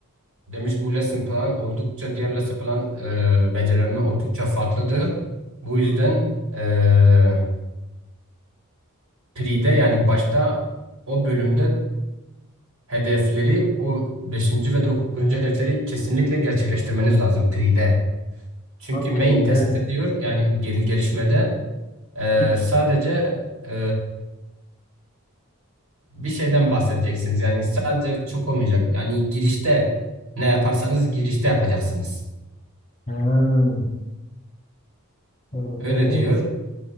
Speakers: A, on the right (about 70°); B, on the left (about 30°).
A: demiş bu lesson plan oldukça diğer lesson plan e, becerilerine oldukça farklıdır. Bu yüzden
B: Hı.
A: e, Pre'de yani başta o bölümde hedefleri o beşinci ve dokuzuncu hedefleri kesinlikle gerçekleştirmeniz lazım Pre'de. Çünkü
B: Ha
A: main
B: pride.
A: task'te diyor yani gel- gelişmede e,
B: Bir-
A: sadece e, bir şeyden bahsedeceksiniz. Yani sadece çok olmayacak. Yani girişte ne yaparsanız girişte yapacaksınız.
B: Ha. Oho.
A: Öyle diyor.